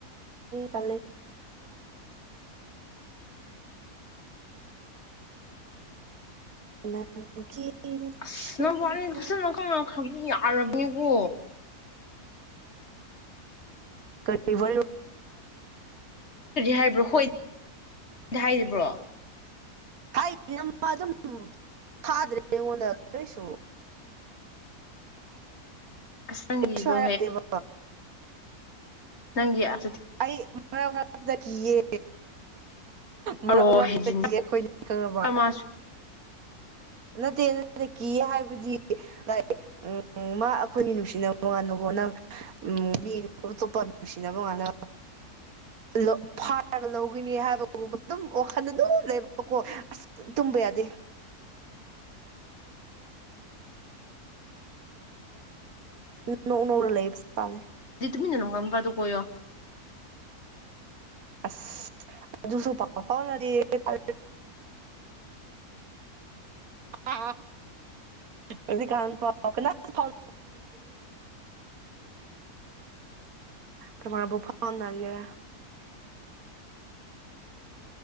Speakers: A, on the right; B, on the left.
A: ꯀꯂ <unintelligible> ꯅꯨꯡꯁꯤꯕ
B: ꯑꯁ ꯅ ꯋꯥꯠꯂꯤ ꯐꯖꯅꯈꯪꯅꯈ꯭ꯔꯕꯗꯤ ꯌꯥꯔꯕꯅꯤꯀꯣ
A: ꯀꯔꯤ ꯋꯥ
B: ꯍꯥꯏ꯭ꯔꯣ ꯍꯣꯏ ꯍꯥꯏꯔꯤꯕ꯭ꯔꯣ
A: ꯍꯥꯏ ꯅꯃ ꯑꯗꯨꯝ ꯊꯥꯗ꯭ꯔꯦ ꯑꯩꯉꯣꯟꯗ ꯀꯩꯁꯨ <unintelligible>
B: ꯑꯁ ꯅꯪꯒꯤꯗꯣ
A: ꯁ ꯍꯥꯏꯕ
B: ꯅꯪꯌꯥ
A: ꯑꯩ ꯃꯅ ꯃꯗ ꯀ ꯌꯦ ꯃꯔꯛ
B: ꯑꯔꯣ
A: ꯃꯔꯛꯇꯒꯤ
B: ꯍꯦꯟꯖꯤꯟꯅ
A: ꯑꯩꯈꯣꯏꯅꯤ ꯈꯪꯕ
B: ꯃꯥꯁꯨ
A: ꯅꯠꯇꯦ ꯗ ꯀꯤ ꯍꯥꯏꯕꯗꯤ ꯂ ꯎ ꯃꯥ ꯑꯩꯈꯣꯏꯒꯤ ꯅꯨꯡꯁꯤꯅꯕ ꯉꯟꯅꯅꯕ ꯍꯣꯠꯅꯕ ꯎꯝ ꯃꯤ ꯇꯣꯄ ꯅꯨꯡꯁꯤꯅꯕꯣꯉꯅ ꯎ ꯐꯥꯔꯒ ꯂꯧꯒꯅꯤ ꯍꯥꯏꯕꯒꯨꯝꯕ ꯑꯗꯨꯝ ꯋꯥꯈꯜ ꯑꯗꯨꯝ ꯂꯩꯕꯀꯣ ꯑꯁ ꯇꯨꯝꯕ ꯌꯥꯗꯦ ꯅꯧꯔ ꯂꯩꯕꯇꯥꯦ
B: ꯇꯃꯤ ꯅꯅ ꯀ ꯑꯃ ꯀ ꯑꯗꯨꯣ ꯀꯔ
A: ꯑꯁ ꯑꯗꯨ ꯑꯗꯨꯁꯨ ꯄꯥꯎꯗꯤ ꯇ ꯑꯥ ꯍꯧꯖꯤ ꯀꯥꯟ ꯄꯥꯎ ꯀꯅꯥ ꯐꯥꯎ ꯀꯔ ꯕꯨꯐꯥꯒꯦꯔ